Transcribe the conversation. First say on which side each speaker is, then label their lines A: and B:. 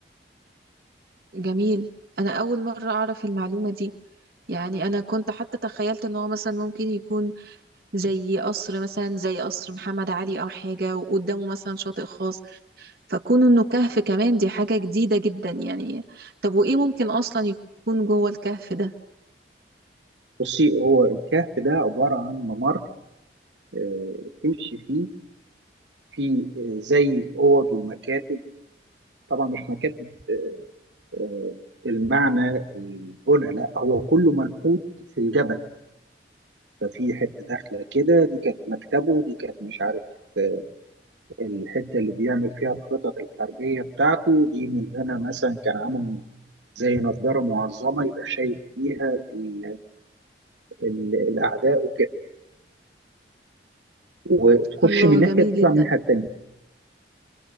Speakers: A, on the right (about 55°); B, on the right (about 80°).
A: جميل انا اول مرة اعرف المعلومة دي يعني انا كنت حتى تخيلت ان هو مثلا ممكن يكون زي قصر مثلا زي قصر محمد علي او حاجة وقدامه مثلا شاطئ خاص فكون انه كهف كمان دي حاجة جديدة جدا يعني طب وايه ممكن اصلا يكون جوه الكهف ده
B: بصي هو الكهف ده عباره عن ممر آه، تمشي فيه في آه، زي اوض ومكاتب طبعا مش مكاتب آه، المعنى البنى لا هو كله منحوت في الجبل ففي حته داخله كده دي كانت مكتبه دي كانت مش عارف آه، الحته اللي بيعمل فيها الخطط الحربيه بتاعته دي من هنا مثلا كان عامل زي نظاره معظمه يبقى شايف فيها ال ال الاعداء وكده وتخش
A: الله
B: من ناحيه
A: جميل
B: تطلع
A: جدا
B: من الناحيه التانيه